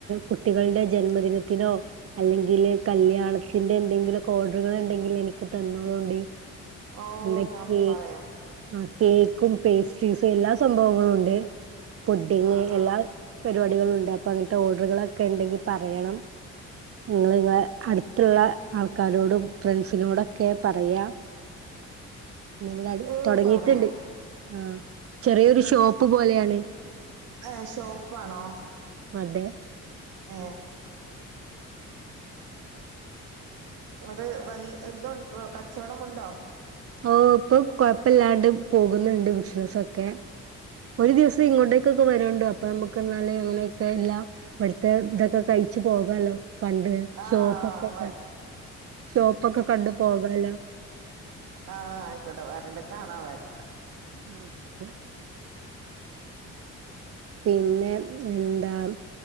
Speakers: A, on the right; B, on the right.
A: കുട്ടികളുടെ ജന്മദിനത്തിനോ അല്ലെങ്കില് കല്യാണത്തിന്റെ എന്തെങ്കിലൊക്കെ ഓഡറുകളൊണ്ടെങ്കില് എനിക്ക് തന്നോളുണ്ടി.
B: ഓഹ്
A: എന്താ
B: ഞാൻ
A: കേക്ക്
B: പറയാം
A: ആ കേക്കും പേസ്ട്രീസും എല്ലാ സംഭവങ്ങളുംണ്ട്. പുഡിങ്ങ്
B: ആഹ് ആഹ്
A: എല്ലാപരിപാടികളുണ്ട് അപ്പൊ അങ്ങനത്തെ ഓഡറുകളൊക്കെണ്ടെങ്കി പറയണം. നിങ്ങള് നിങ്ങളെ അടുത്തുള്ള ആൾക്കാരോടും ഫ്രണ്ട്സിനോടൊക്കെ പറയാ ഞമ്മടെ അടു
B: ഓഹ്
A: തൊടങ്ങിട്ടൊണ്ട്
B: പറയാം
A: ആ ചെറിയൊരു ഷോപ്പുപോലെയാണ്.
B: ഏ ഷോപ്പാണോ
A: അതെ
B: ഏ ഇവ്ടെ വല്യ ഇത് കച്ചോടമുണ്ടോ
A: ഓഹ് ഇപ്പൊ കൊഴപ്പല്ലാണ്ട് പോക്ന്ന്ണ്ട് ബിസ്നസ്സൊക്കെ. ഒര് ദിവസം ഇങ്ങോട്ടേക്കൊക്കെ വരൊണ്ടു അപ്പ നമ്മക്കെന്നാല് അങ്ങനെയൊക്കെല്ലാം ഇവ്ടുത്ത ഇതൊക്കെ തയ്ച്ച് പോകാലൊ കണ്ട്
B: ആഹ്
A: ഷോപ്പ്ക്കൊക്കണ്ട്. ഷോപ്പൊക്കെ കണ്ട് പോകാലൊ
B: ആഹ് അയ്ക്കോട്ടെ വരണ്ട് കാണാ വരണ്ട്.
A: ഓക്ക് പിന്നെ എന്താ?